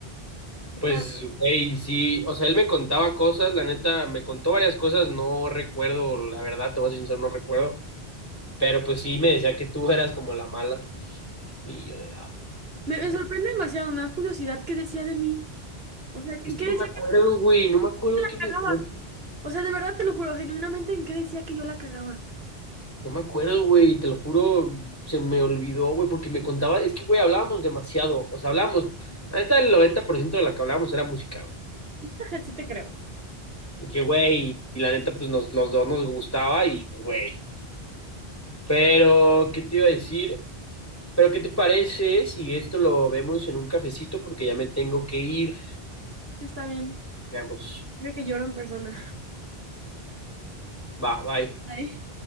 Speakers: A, on the right; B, on the left.
A: O
B: Pues,
A: sea,
B: güey, sí, o sea, él me contaba cosas, la neta, me contó varias cosas, no recuerdo, la verdad, te voy a ser sincero, no recuerdo, pero pues sí me decía que tú eras como la mala, y yo de, ah,
A: me,
B: qué
A: me
B: mal.
A: sorprende
B: pedo.
A: demasiado, me da curiosidad qué decía de mí. O sea, ¿en
B: Es que
A: qué
B: no
A: decía
B: me acuerdo,
A: que
B: güey, no me acuerdo
A: la
B: que me,
A: cagaba?
B: güey,
A: O sea, de verdad te lo juro, genuinamente, ¿en qué decía que yo la cagaba?
B: no me acuerdo, güey, te lo juro, se me olvidó, güey, porque me contaba, es que, güey, hablábamos demasiado, o sea, hablábamos, la neta, el 90% de la que hablábamos era música,
A: <laughs> Sí te creo.
B: Y que, güey, y la neta, pues nos, los dos nos gustaba y, pues, güey. Pero, ¿qué te iba a decir? Pero, ¿qué te parece si esto lo vemos en un cafecito? Porque ya me tengo que ir.
A: Sí, Está bien.
B: Veamos.
A: Creo que lloro en persona.
B: Va, bye.
A: <laughs> Ay.